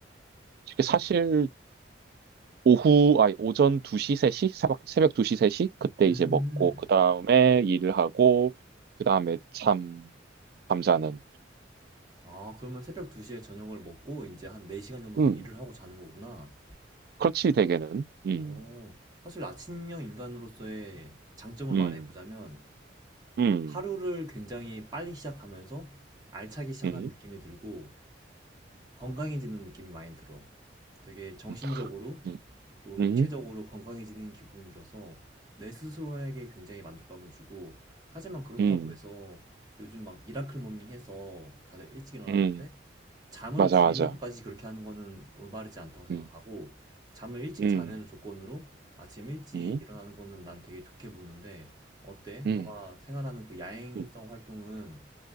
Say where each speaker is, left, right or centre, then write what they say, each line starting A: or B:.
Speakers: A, on the right; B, on the right.
A: 이게 사실 오후 아니 오전 2시 3시 새벽 새벽 2시 3시 그때
B: 음,
A: 이제 먹고 그다음에 일을 하고 그다음에 잠 잠자는
B: 아 그러면 새벽 2시에 저녁을 먹고 이제한 4 시간 정도 더
A: 음
B: 일을 하고 자는 거구나.
A: 그렇지 대개는 음
B: 어. 사실 아침형 인간으로서의 장점을
A: 음,
B: 말해 보자면
A: 음,
B: 하루를 굉장히 빨리 시작하면서 알차게 시작하는
A: 음, 음.
B: 느낌이 들고 건강해지는 느낌이 많이 들어. 되게 정신적으로
A: 음. 음.
B: 또
A: 음,
B: 육체적으로 건강해지는 기분이 들어서 내 스스로에게 굉장히 만족감을 주고 하지만 그렇다고
A: 음,
B: 해서 요즘 막 미라클 모닝 해서 다들 일찍 일어났는데
A: 음,
B: 잠을
A: 맞아,
B: 줄이면서까지
A: 맞아.
B: 그렇게 하는 거는 올바르지 않다고 생각하고
A: 음,
B: 잠을 일찍
A: 음,
B: 자는 조건으로 아침 일찍
A: 음,
B: 일어나는 거는 난 되게 좋게 보는데 어때?
A: 음,
B: 너가 생활하는 그 야행성
A: 음,
B: 활동은